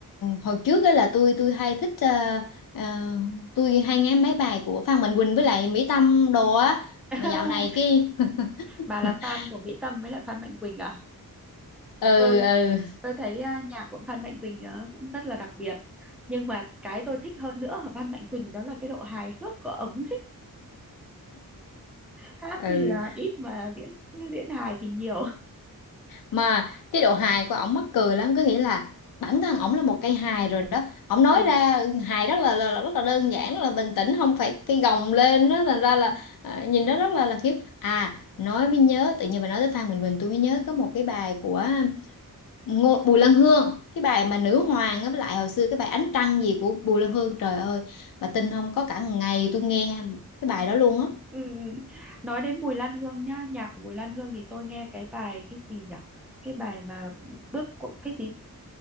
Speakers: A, on the left; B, in the centre.
A: hồi trước ấy là tôi tôi hay thích à, à, tôi hay nghe mấy bài của Phan Mạnh Quỳnh với lại Mỹ Tâm đồ á
B: Ừ.
A: mà
B: <laughs>
A: dạo này cái
B: bà là
A: <laughs>
B: fan của Mỹ Tâm với lại Phan Mạnh Quỳnh à
A: ừ
B: tôi
A: ừ
B: tôi thấy à, nhạc của Phan Mạnh Quỳnh ờ, cũng rất là đặc biệt nhưng mà cái tôi thích hơn nữa ở Phan Mạnh Quỳnh đó là cái độ hài hước của ống hát
A: ừ
B: thì à, ít mà diễn diễn hài thì nhiều
A: mà cái độ hài của ổng mắc cười lắm có nghĩa là bản thân ổng là một cây hài rồi đó ổng nói
B: ừ.
A: ra hài rất là, là, là rất là đơn giản rất là bình tĩnh không phải cái gồng lên đó thành
B: Ừ,
A: ra là
B: ừ,
A: à, nhìn nó rất là là khiếp. à nói mới nhớ tự nhiên bà nói tới Phan Bình Bình tôi mới nhớ có một cái bài của Ngô, Bùi Lan Hương cái bài mà nữ hoàng á, với lại hồi xưa cái bài ánh trăng gì của Bùi Lan Hương trời ơi bà tin không có cả ngày tôi nghe cái bài đó luôn á
B: ừ. ừ. nói đến Bùi Lan Hương nhá nhạc của Bùi Lan Hương thì tôi nghe cái bài cái gì nhỉ cái bài mà bước qua- cái gì